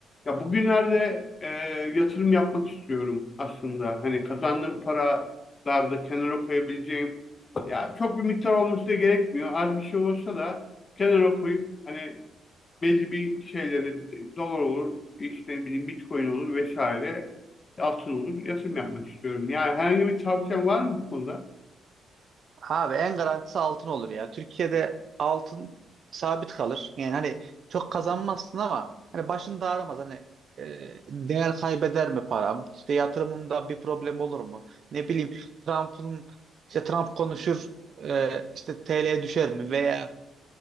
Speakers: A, on the left; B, on the right.
A: Ya bugünlerde e, yatırım yapmak istiyorum aslında. Hani kazandığım paralarda kenara koyabileceğim. Ya çok bir miktar olması da gerekmiyor. Az bir şey olsa da kenara koyup hani belli bir şeyleri dolar olur, işte ne bileyim Bitcoin olur vesaire altın olur yatırım yapmak istiyorum. Yani herhangi bir tavsiyen var mı bu konuda?
B: Abi en garantisi altın olur ya. Türkiye'de altın sabit kalır. Yani hani çok kazanmazsın ama hani başın da ağrımaz. Hani e, değer kaybeder mi param? İşte yatırımımda bir problem olur mu? Ne bileyim Trump'ın işte Trump konuşur e, işte TL düşer mi? Veya